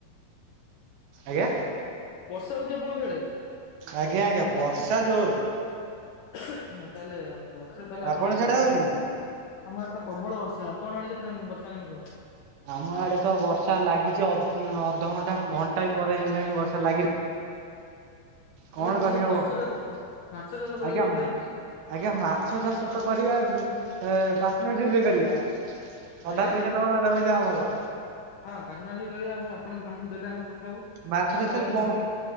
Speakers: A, on the right (about 80°); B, on the left (about 75°).
A: ଆଜ୍ଞା।
B: ବର୍ଷା ହଉଛି ଆପଣଙ୍କ ସିଆଡେ?
A: ଆଜ୍ଞା ଆଜ୍ଞା ବର୍ଷା ଜୋରେ।
B: ହଁ ତାହେଲେ ବର୍ଷେ ତାହେଲେ ଆପଣଙ୍କ
A: ଆପଣ
B: ଇଆଡେ
A: ସିଆଡେ
B: ହଉଛ।
A: ହଉଛି ନା?
B: ଆମ ଆଡେ ତ ପ୍ରବଳ ବର୍ଷା। ଆପଣଙ୍କ ଆଡେ କେତେ ବର୍ଷା କିଣ କୁହନ୍ତୁ?
A: ଆମ ଆଡେ ତ ବର୍ଷା ଲାଗିଛି ଅ ଅଧଘଣ୍ଟା ଘଣ୍ଟା ବି ପରେ ହେଇଗଲାଣି ବର୍ଷା ଲାଗି କଣ
B: ଆପଣ
A: କରିହବ
B: ବନ୍ଧୁ ମାଛ ଚାଷ ମାଛ ଚାଷ କରିବେ
A: ଆଜ୍ଞା
B: କହୁଥିଲେ।
A: ଆଜ୍ଞା ମାଛ ଚାଷ ତ କରିବା ପାର୍ଟନରସିପ ରେ କରିବା। ଅଧା
B: ଆଜ୍ଞା
A: ପଇସା ତମର ଅଧା ପଇସା ଆମର।
B: ହଁ ପାନ କରିବା ଆପଣ ଆମକୁ ଦେଲେ ଆମେ କଥା ହବୁ।
A: ମାଛ
B: ଆମେ
A: ଚାଷରେ
B: ବି କରିବା
A: କଣ
B: ମିଶିକି